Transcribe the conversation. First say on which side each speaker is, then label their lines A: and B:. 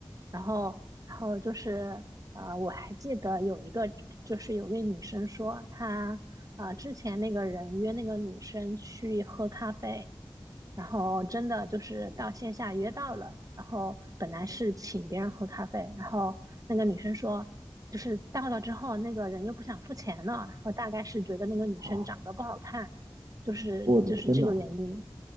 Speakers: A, on the right; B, on the right.
A: 然后，然后就是，呃，我还记得有一个，就是有位女生说，她，呃，之前那个人约那个女生去喝咖啡，然后真的就是到线下约到了，然后本来是请别人喝咖啡，然后那个女生说，就是到了之后，那个人又不想付钱了，然后大概是觉得那个女生长得不好看，
B: 啊，
A: 就是就是这个原因。
B: 我的天呐，